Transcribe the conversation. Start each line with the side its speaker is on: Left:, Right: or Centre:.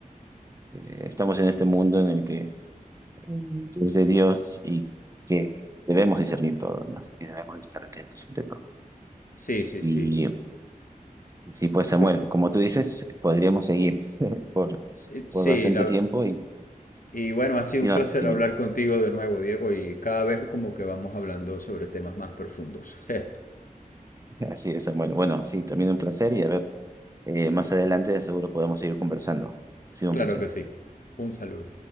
Right: eh, estamos en este mundo en el que mm, es de Dios y que debemos discernir todo, ¿no? Y debemos estar atentos ante todo.
Left: Sí, sí,
Right: Y
Left: sí.
Right: sí, pues Samuel,
Left: Pues,
Right: como tú dices, podríamos seguir <laughs> por,
Left: sí, sí,
Right: por bastante
Left: la,
Right: tiempo y,
Left: Y bueno, ha sido
Right: y
Left: un
Right: no,
Left: placer
Right: sí, dime.
Left: hablar contigo de nuevo, Diego, y cada vez como que vamos hablando sobre temas más profundos. <laughs>
Right: así es, Samuel. Bueno, sí, también un placer y a ver, eh, más adelante seguro podemos seguir conversando. Ha sido
Left: claro
Right: un placer.
Left: que sí. Un saludo.